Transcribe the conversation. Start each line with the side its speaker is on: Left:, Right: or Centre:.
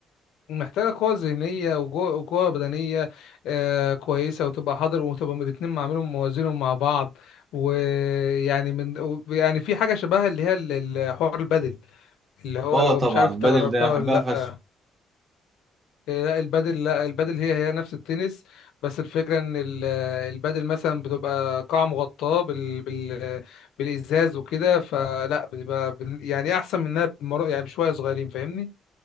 Left: محتاجه قوه ذهنيه وجو- وقوه بدنيه آه، كويسه وتبقى حاضر وتبقى الاتنين عاملهم موازينهم مع بعض ويعني من و- يعني في حاجه شبهها اللي هي ال- الحوار البدل اللي هو
Right: اه
Left: لو
Right: طبعا
Left: مش عارف
Right: البدل
Left: انت جربتها
Right: ده بحبها
Left: ولا لا
Right: فشخ
Left: لا البادل لا البادل هي هي نفس التنس بس الفكرة ان ال- البادل مثلا بتبقى قاعة مغطاة بال بال بالإزاز وكده فلا بتبقى بن- يعني احسن منها بمر... يعني بشوية صغيرين فاهمني